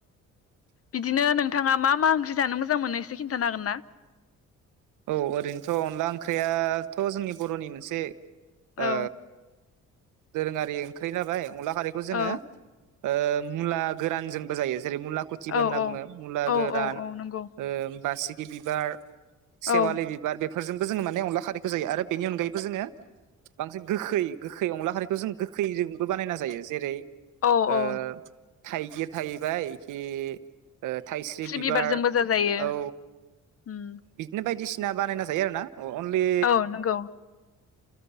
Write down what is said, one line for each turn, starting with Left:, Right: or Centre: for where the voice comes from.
Left: बिदिनो नोंथाङा मा मा ओंख्रि जानो मोजां मोनो एसे खिन्थानो हागोनना?
Right: औ ओरैनोथ' अनला ओंख्रियाथ' जोंनि बर'नि मोनसे
Left: औ
Right: ओ दोरोङारि ओंख्रि जाबाय अनला खारैखौ जोङो
Left: औ
Right: ओ मुला गोरानजोंबो जायो। जेरै मुला खुथिबो
Left: औ
Right: होनना
Left: औ
Right: बुङो मुला
Left: औ
Right: गोरान
Left: औ औ नंगौ
Right: ओ बासि बिबार
Left: औ
Right: सेवालि बिबार बे बेफोरजोंबो जोङो माने अनला खारैखौ जायो आरो बेनि अनगायैबो जोङो बांसिन गोखै गोखै अनला खारैखौ जों गोखैजोंबो बानायना जायो जेरै
Left: औ
Right: ओ।
Left: औ
Right: थाइगिर थाहैबाय इखि ओ थाइस्रि बिबार
Left: बिबारजोंबो जाजायो
Right: औ।
Left: उम
Right: बिदिनो बायदिस सिना बानायना जायो आरोना। अनलि
Left: औ नंगौ